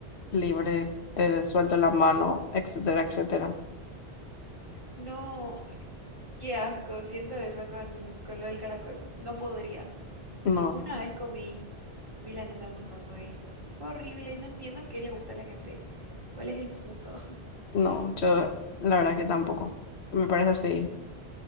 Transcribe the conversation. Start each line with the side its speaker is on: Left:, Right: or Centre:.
Left: libre, te suelto la mano, etcétera, etcétera.
Right: No, qué asco, siento eso con, con lo del caracol. No podría.
Left: No,
Right: Una vez comí milanesa de mondongo y fue horrible y no entiendo qué le gusta a la gente. ¿Cuál es el punto? <laughs>
Left: no, yo la verdad que tampoco. Me parece así